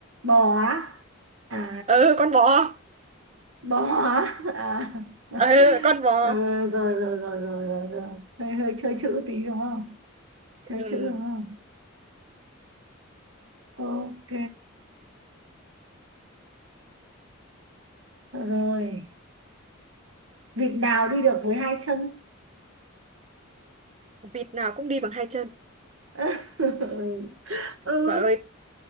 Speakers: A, on the right; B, on the right.
A: bò á à
B: ờ con bò
A: bó hả à. <laughs>
B: Ờ, con bò
A: ừ, rồi, rồi rồi rồi rồi rồi hơi hơi chơi chữ tí đúng không chơi
B: ừ,
A: chữ đúng không ok Được rồi vịt nào đi được với hai chân
B: vịt nào cũng đi bằng hai chân
A: <laughs> ừ ừ
B: bà ơi